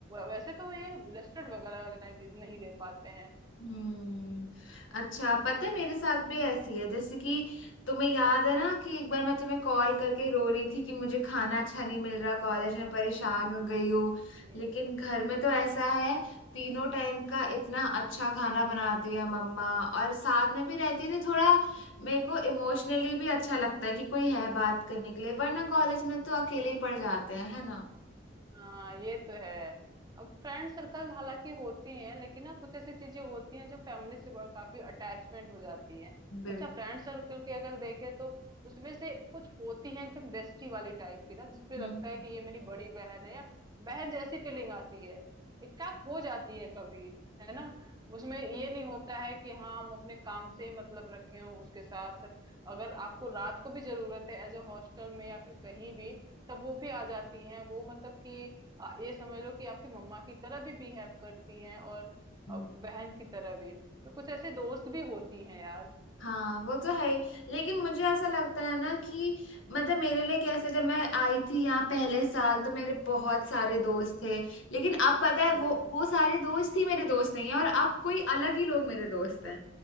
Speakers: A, on the right (about 20°); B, on the left (about 85°).
A: वैसे तो ये रेस्टोरेंट वगैरह वाले नहीं दे नहीं दे पाते हैं
B: हम्म अच्छा पता है मेरे साथ भी ऐसी है जैसे कि तुम्हें याद है ना कि एक बार मैं तुम्हें कॉल करके रो रही थी कि मुझे खाना अच्छा नहीं मिल रहा कॉलेज में परेशान हो गई हूँ
A: ये
B: लेकिन घर
A: हाँ
B: में तो ऐसा है तीनों टाइम का इतना अच्छा खाना बनाती है मम्मा और साथ में भी रहती है तो थोड़ा मेरे को इमोशनली भी अच्छा लगता है कि कोई है बात करने के लिए वरना कॉलेज में तो अकेले ही पड़ जाते हैं है ना
A: हाँ, ये तो है अब फ्रेंड सर्कल हालांकि होती हैं लेकिन ना कुछ ऐसी चीजें होती हैं जो फैमिली से बड़ा काफी अटैचमेंट हो जाती है
B: बिल्कुल
A: अच्छा फ्रेंड सर्कल के अगर देखे तो उसमें से कुछ होती है एकदम बेस्टी वाली टाइप की ना जिसपे
B: हम्म
A: लगता है कि ये मेरी बड़ी बहन है या बहन जैसी फीलिंग आती है इकट्ठा हो जाती है कभी है ना उसमें ये नहीं होता है कि हाँ हम अपने काम से ही मतलब रखे हो उसके साथ अगर आपको रात को भी जरूरत है एज अ हॉस्टल में या फिर कहीं भी तब वो भी आ जाती हैं वो मतलब कि आ, ये समझ लो कि आपकी मम्मा की तरह भी बिहेव करती हैं और
B: हाँ
A: आ, बहन की तरह भी तो कुछ ऐसे दोस्त भी होती हैं यार
B: हाँ वो तो है ही लेकिन मुझे ऐसा लगता है ना कि मतलब मेरे लिए कैसे जब मैं आई थी यहाँ पहले साल तो मेरे बहुत सारे दोस्त
A: हम्म
B: थे लेकिन अब पता है
A: हम्म
B: वो वो सारे दोस्त ही मेरे दोस्त नहीं है और अब कोई अलग ही लोग मेरे दोस्त हैं